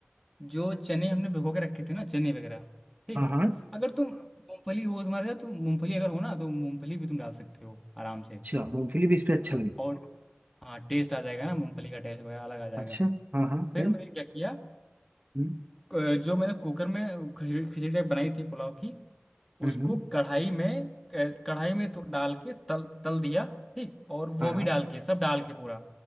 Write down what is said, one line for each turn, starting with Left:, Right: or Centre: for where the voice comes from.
Centre: जो चने हमने भिगो के रखे थे ना चने वगैरह ठीक
Right: हाँ हाँ
Centre: अगर तुम मूंगफली हो तुम्हारे साथ तुम मूंगफली अगर हो ना तो मूंगफली भी तुम डाल सकते हो आराम से
Right: अच्छा मूंगफली भी इस पे अच्छा
Centre: मतलब
Right: लगा
Centre: और हाँ टेस्ट आ जाएगा ना मूंगफली का टेस्ट वगैरह अलग आ जाएगा
Right: अच्छा हाँ हाँ
Centre: फिर
Right: फिर
Centre: मैंने क्या किया
Right: हम्म
Centre: क- जो मैंने कुकर में खिचड़ी खिचड़ी टाइप बनाई थी पुलाव की
Right: हम्म
Centre: उसको
Right: हम्म,
Centre: कढ़ाई में क- कढ़ाई में थो- डाल के तल तल दिया ठीक और वो
Right: हाँ हाँ
Centre: भी डाल के सब डाल के पूरा